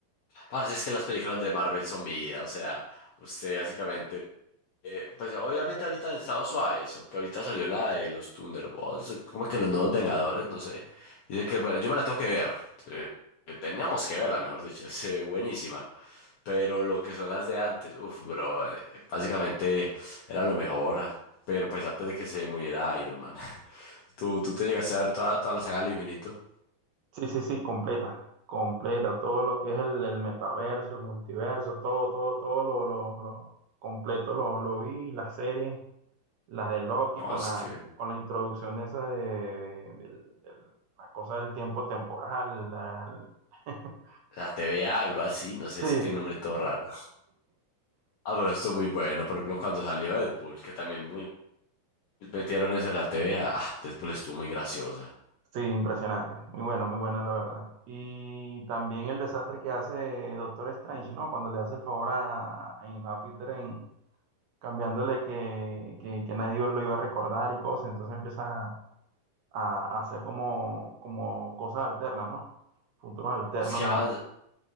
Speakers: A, on the left (about 80°); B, on the right (about 75°).
A: parce, es que las películas de Marvel son vida. O sea, usted básicamente Eh, pues obviamente ahorita han estado suaves, aunque ahorita salió la de los Thunderbolts, eh, como que los nuevos Vengadores, no sé. Dicen que, bueno, yo me la tengo que ver. eh, que teníamos que verla, mejor dicho, <laughs> es eh, buenísima. Pero lo que son las de antes, uff, bro, eh, básicamente era lo mejor. Pero pues antes de que se muriera Iron Man. <laughs> ¿Tú, tú te llegaste a ver toda, toda la saga del infinito?
B: Sí, sí, sí, completa, completa, todo lo que es el, el metaverso, el multiverso, todo, todo, todo lo, lo, lo completo lo, lo vi, las series, las de Loki
A: No,
B: con
A: es
B: la,
A: que
B: con la introducción esa de, de- del- del- la cosa del tiempo temporal. la- <laughs>
A: la TVA, algo así, no sé,
B: Sí,
A: ese tiene un nombre todo raro. Ah, pero esto es muy bueno. Por ejemplo, cuando salió Deadpool, que también muy Metieron eso en la T TV, ah, ah, Deadpool estuvo muy graciosa.
B: sí, impresionante. Muy bueno, muy buena la verdad. Y también el desastre que hace Doctor Strange, ¿no? Cuando le hace el favor a, a Peter en cambiándole que, que, que nadie lo iba a recordar y cosas. Entonces empieza a, a hacer como, como cosas alternas, ¿no? Futuros alternos
A: Es que abas-